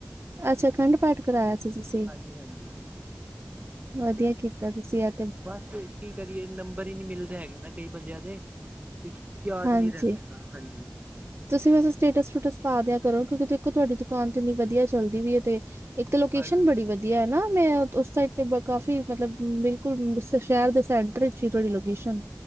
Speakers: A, on the right; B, on the right.
A: ਅੱਛਾ ਅਖੰਡ ਪਾਠ ਕਰਾਏਆ ਸੀ ਤੁਸੀਂ?
B: ਹਾਂਜੀ- ਹਾਂਜੀ।
A: ਵਧੀਆ ਕੀਤਾ ਤੁਸੀਂ ਏ
B: ਬਸ ਕੀ ਕਰੀਏ ਨੰਬਰ ਈਂ ਨੀਂ ਮਿਲਦੇ ਹੈਗੇ ਨਾ, ਕਈ ਬੰਦੇਆਂ ਦੇ। ਤੇ ਯਾਦ
A: ਹਾਂਜੀ।
B: ਨੀਂ ਰੈਂਦਾ ਹੈਗਾ, ਹਾਂਜੀ।
A: ਤੁਸੀਂ ਵੈਸੇ ਸਟੇਟਸ-ਸਟੂਟਸ ਪਾ ਦਿਆ ਕਰੋ ਕਿਉਂਕਿ ਦੇਖੋ, ਤੁਆਡੀ ਦੁਕਾਨ ਤੇ ਏਨੀ ਵਧੀਆ ਚਲਦੀ ਵੀ ਏ ਤੇ ਏਕ ਤੇ ਲੋਕੇਸ਼ਨ
B: ਹਾਂਜੀ-ਹਾਂਜੀ
A: ਬੜੀ ਵਧੀਆ ਹੈਨਾ। ਮੈਂ ਓਸ
B: ਹਾਂਜੀ-ਹਾਂਜੀ-ਹਾਂਜੀ
A: ਸਾਈਡ ਤੇ ਕਾਫੀ ਮਤਲਬ ਬਿਲ ਸ਼ੈਰ ਦੇ ਸੈਂਟਰ ਵਿੱਚ ਈ ਤੁਆਡੀ ਲੋਕੇਸ਼ਨ।